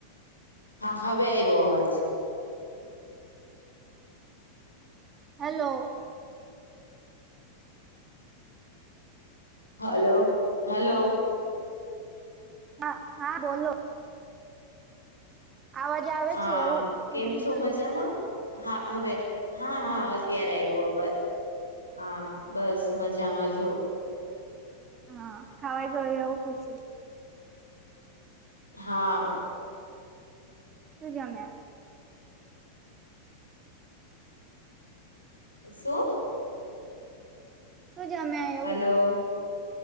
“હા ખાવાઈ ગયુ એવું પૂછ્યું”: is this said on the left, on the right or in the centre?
Right